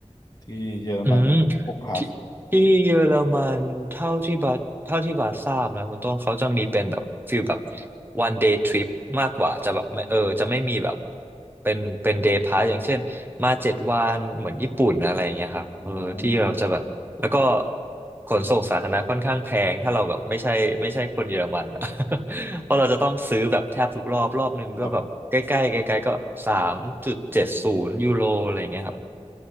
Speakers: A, on the left; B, on the right.
A: ที่เยอรมันพวกพาส
B: อืมที่ที่เยอรมันเท่าที่บัสเท่าที่บัสทราบนะคุณต้นเขาจะมีเป็นแบบฟีลแบบ one day trip มากกว่าจะแบบไม่เออจะไม่มีแบบเป็นเป็น day pass อย่างเช่นมาเจ็ดวันเหมือนญี่ปุ่นอะไรอย่างเงี้ยครับเออที่เราจะแบบแล้วก็
A: โอ้โห
B: ขนส่งสาธารณะค่อนข้างแพงถ้าเราแบบไม่ใช่ไม่ใช่คนเยอรมันอะ <laughs> เพราะเราจะต้องซื้อแบบแทบทุกรอบรอบหนึ่งก็แบบใกล้ๆใกล้ๆก็สามจุดเจ็ดศูนย์ยูโรอะไรอย่างเงี้ยครับ
A: ครับ